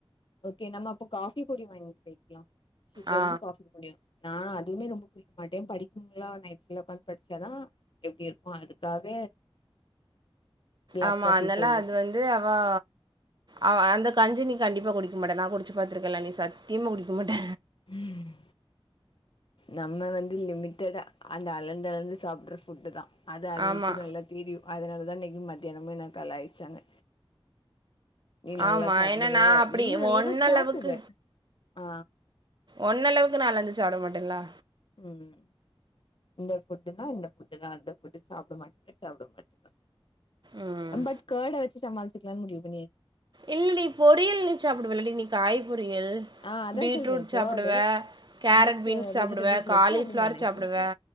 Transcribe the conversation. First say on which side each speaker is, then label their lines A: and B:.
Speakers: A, on the left; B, on the right.
A: ஓகே நம்ம அப்பௌ காஃபி பொடி வாங்கிட்டு போய்க்கலா சுகரு
B: ஆ
A: காஃபி பொடியு நா அதுவுமே ரொம்ப குடிக்க மாட்டே படிக்கும் பொழுது நைட்ல ஒக்காந்து படிச்சாதா எப்டி இருக்கு அதுக்காக பிளாக்
B: ஆமா.
A: காஃபி
B: அதனால
A: போட்ணு
B: அது வந்து அவா அவ அந்த கஞ்சி நீ கண்டிப்பா குடிக்க மாட்ட நா குடிச்சி பாத்திருக்கேல்ல நீ சத்தியமா குடிக்கமாட்ட
A: ம் நம்ம வந்து லிமிட்டடா அந்த அளந்து அளந்து சாப்புட்ற ஃபுட்டு தா அது அவில்
B: ஆமா,
A: கூட நல்லா தெரியு அதனாலதா இன்னைக்கு மத்தியானமு என்ன கலாய்ச்சாங்க நீ நல்லா
B: ஆமா
A: சாப்டுவ
B: ஏன்னா நா அப்புடி
A: நீனு நல்லதா
B: உன்
A: சாப்டுவ
B: அளவுக்கு
A: ஆ
B: உன்னளவுக்கு நா லஞ்ச் சாப்ட மாட்டேன்லா
A: ம் இந்த ஃபுட்டு்ன்னா இந்த புட்டு தா அந்த ஃபுட்டு சாப்ட மாட்டேனா சாப்ட மாட்டே தான்
B: ம்
A: பட் கர்டு வெச்சி சமாளிச்சிக்கலா முடிவு பண்ணியாச்சி
B: இல்ல நீ பொரியல் நீ சாப்புடுவல்ல டி நீ காய் பொரியல்
A: ஆ அதா
B: பீட்ரூட்
A: சொல்றே
B: சாப்புடுவே
A: கர்டு
B: கேரட்
A: அந்த
B: பீன்ஸ் சாப்புடுவே
A: வெஜிடபிள்ஸ்
B: காலிஃப்ளவர்
A: வச்சு அப்டி மேனேஜ்
B: சாப்புடுவே
A: பண்ணிக்கலா